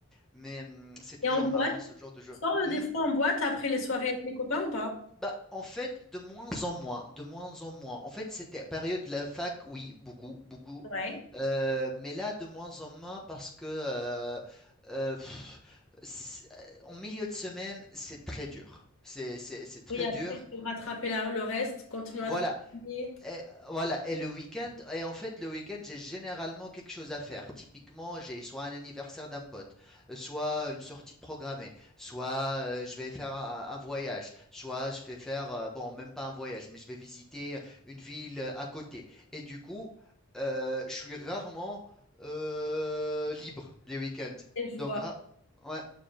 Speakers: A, in the centre; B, on the left.
A: Mais hum, c'est toujours
B: Et en boîte,
A: marrant ce genre de jeu.
B: tu sors le
A: Hmm
B: des fois en boîte après les soirées avec les copains ou pas?
A: Bah, en fait, de moins en moins, de moins en moins. En fait, c'était période de la fac, oui, beaucoup, beaucoup.
B: Ouais.
A: Euh, mais là, de moins en moins parce que euh, euh, pff, c'est- euh, en milieu de semaine, c'est très dur. C'est, c'est, c'est très
B: Oui, après,
A: dur.
B: il faut rattraper la- le reste, continuer
A: Voilà,
B: à travailler.
A: et voilà, et le week-end, et en fait, le week-end, j'ai généralement quelque chose à faire. Typiquement, j'ai soit un anniversaire d'un pote, euh, soit une sortie de programmée, soit euh, je vais faire un, un voyage, soit je vais faire, euh, bon, même pas un voyage, mais je vais visiter une ville euh, à côté. Et du coup, euh, je suis rarement euh, libre les week-ends.
B: Et je
A: Donc,
B: vois.
A: ra- ouais.